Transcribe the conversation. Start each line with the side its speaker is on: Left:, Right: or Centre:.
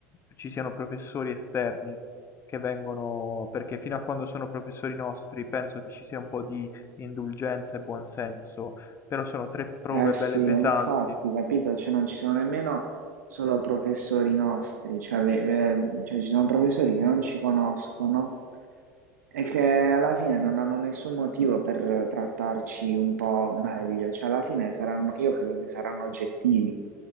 Left: ci siano professori esterni che vengono, perché fino a quando sono professori nostri penso che ci sia un po' di indulgenza e buonsenso, però sono tre prove
Right: Eh sì,
Left: belle pesanti.
Right: infatti, capito, cioè non ci sono nemmeno solo professori nostri, cioè, ve- eh, cioè ci sono professori che non ci conoscono È che alla fine non hanno nessun motivo per trattarci un po' meglio, cioè alla fine saranno, io credo che saranno oggettivi.